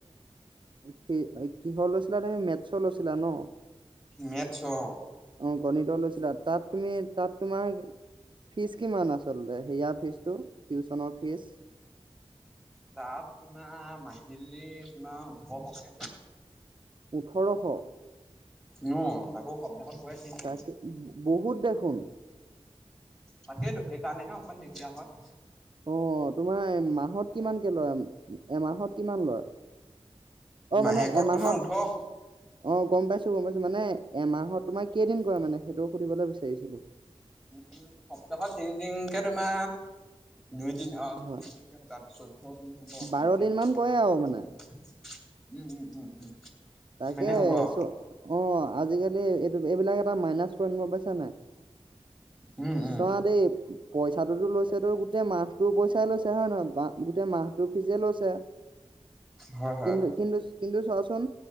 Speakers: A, on the right (about 50°); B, in the centre.
A: সেই কিহৰ লৈছিলা তুমি মেথছৰ লৈছিলা ন
B: মেথছ অ
A: অ গণিত লৈছিলা তাত তুমি তাত তোমাৰ ফিজ কিমান আচলতে সেয়া ফীজটো টিউচনৰ ফিজ
B: তাত তোমাৰ মাহিলী তোমাৰ ওঠৰশকে
A: ওঠৰশ
B: ন তাকো সপ্তাহত কৰে তিনদিন
A: তাকে ব বহুত দেখোন
B: তাকেটো সেইকাৰণেহে অকমান দিকদাৰ হয়
A: অ তোমাৰ মাহত কিমানকে লয় এমাহত কিমান লয় অ
B: মাহেকত
A: মানে এমাহত
B: তোমাৰ ওঠৰ অ
A: অ গম পাইছোঁ গম পাইছোঁ মানে এমাহ তোমাৰ কেইদিন কৰে মানে সেইটো সুধিবলৈ বিচাৰিছিলো
B: উম সপ্তাহত তিনিদিনকে তোমা দুই তিনি আহ
A: হয়
B: তিনি দিন চৌধ্য দিন হ'ব সাতদিন
A: বাৰ দিন মান কৰে আৰু
B: তিনিদিন
A: মানে
B: উম উম উম উম
A: তাকে
B: মানে হ'ব আৰু
A: চ অ আজিকালি এইবিলাক এটা মাইনাচ পইণ্ট গম পাইছা নাই?
B: উম উম
A: চোৱা দেই। পইচাটোতো লৈছেতো গোটেই মাহটোৰ পইচাই লৈছে হয় নহয়? গোটেই মাহটোৰ ফিজে লৈছে।
B: হয় হয়
A: কিন্তু, কিন্তু কিন্তু চোৱাচোন